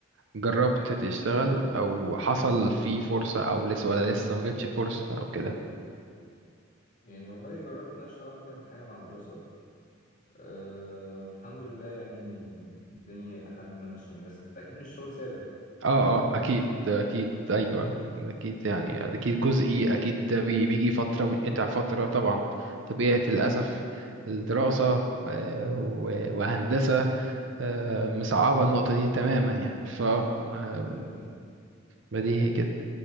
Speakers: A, on the right; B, on the left.
A: جربت
B: فاهم
A: تشتغل او حصل في فرصة او لسه ولا لسه ما جاتش فرصة او كده
B: يعني والله جربت ان أنا اشتغل اكتر من حاجه مع الدراسه أه والحمد لله يعني الدنيا الى حد ما ماشيه يعني بس اكيد مش شغل ثابت
A: اه اه اكيد اكيد ايوه أيوة، اكيد يعني اكيد جزئي اكيد ده بي- بيجي فتره وينقطع فتره طبعا طبيعه للاسف الدراسه آه، و- وهندسه آه، مصعبه النقطه دي تماما يعني ف ما
B: بالظبط
A: ما دي هي كده